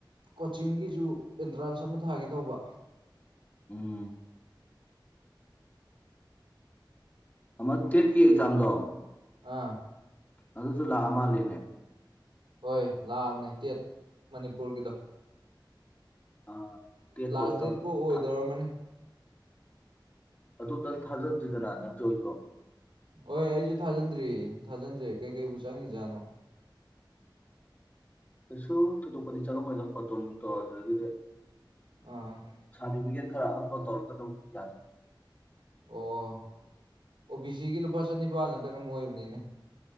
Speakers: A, on the right; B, on the left.
A: ꯀꯣꯆꯤꯡꯒꯤꯁꯨ ꯑꯦꯟꯇ꯭ꯔꯥꯟꯁ ꯑꯃ ꯊꯥꯒꯦ ꯇꯧꯕ
B: ꯎꯝ ꯑꯃ ꯇꯦꯠꯀꯤ ꯑꯦꯛꯖꯥꯝꯗꯣ
A: ꯑꯥ
B: ꯑꯗꯨꯁꯨ ꯂꯥꯛ ꯑ ꯃꯥꯂꯦꯅꯦ
A: ꯍꯣꯏ ꯂꯥꯛꯑꯝꯅꯦ ꯇꯦꯠ ꯃꯅꯤꯄꯨꯔꯒꯤꯗꯣ
B: ꯑ ꯇꯦꯠꯇꯣ
A: ꯂꯥꯁ
B: ꯑꯝꯇꯪ
A: ꯗꯦꯠꯄꯨ ꯑꯣꯏꯗꯧꯔꯝꯃꯅꯤ
B: ꯊꯥ ꯑꯗꯨ ꯑꯝꯇꯪ ꯊꯥꯖꯟꯁꯤꯗꯅ ꯅꯪꯁꯨ ꯑꯩꯖꯨ
A: ꯍꯣꯏ ꯑꯩꯖꯨ ꯊꯥꯖꯤꯟꯗ꯭ꯔꯤ ꯊꯥꯖꯟꯖꯦ ꯀꯩꯀꯩꯕꯨ ꯆꯪꯉꯤꯖꯥꯠꯅꯣ
B: ꯀꯩꯁꯨ ꯊꯣꯏꯗꯣꯛꯄꯗꯤ ꯆꯪꯉꯝ ꯂꯣꯢꯗ ꯐꯣꯇꯣ ꯅꯨꯡꯇꯣ ꯑꯗꯨꯗꯒꯤꯗꯤ
A: ꯑꯥ
B: ꯁꯥꯔꯇꯤꯐꯤꯀꯦꯠ ꯈꯔ ꯑꯞꯂꯣꯗ ꯇꯧꯔꯒ ꯑꯗꯨꯝ ꯌꯥꯅꯤ
A: ꯑꯣ ꯑꯣ ꯕꯤ ꯁꯤꯒꯤ ꯂꯨꯄꯥ ꯆꯅꯤꯄꯥꯥꯟꯂ ꯀꯩꯅꯣꯝ ꯑꯣꯏꯕꯅꯤꯅꯦ